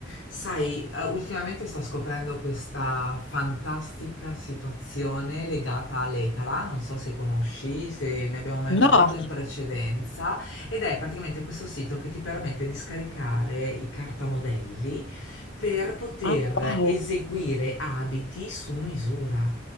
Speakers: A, on the left; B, on the left.
A: Sai, eh, ultimamente sto scoprendo questa fantastica situazione legata all'Ecala, non so se conosci, se ne abbiamo mai parlato
B: No,
A: in precedenza, ed è praticamente questo sito che ti permette di scaricare i cartamodelli per poter
B: ah, wow.
A: eseguire abiti su misura.